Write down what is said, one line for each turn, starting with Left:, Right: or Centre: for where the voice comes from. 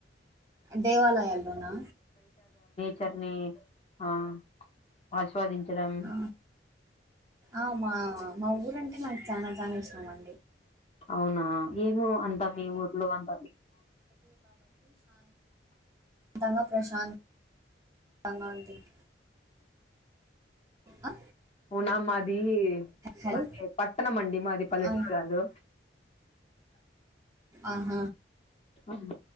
Right: దేవాలయాల్లోనా
Left: చర్ని ఆ ఆస్వాదించడం
Right: ఆ! ఆ మా మా ఊరంటే నాకు చాల చాల ఇష్టం అండి
Left: అవునా ఏమో అందా మీ ఊర్లో అంత
Right: తంగా ప్రశాంత్ తంగా ఉంటుంది ఆ
Left: నా మాది
Right: హలో!
Left: అంటే పట్టణం అండి మాది పల్లెటూరు
Right: ఆ!
Left: కాదు
Right: అహ
Left: ఆ